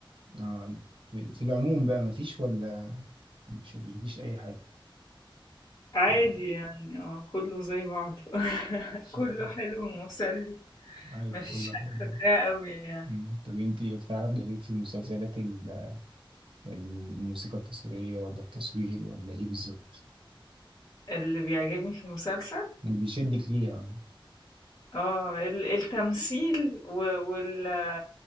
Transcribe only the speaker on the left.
عادي
يعني اه كله زي بعضه <laughs>
كله حلو ومسلي
مفيش
حاجة
فاكراها قوي يعني
اللي بيعجبني في المسلسل
آه ال التمثيل و وال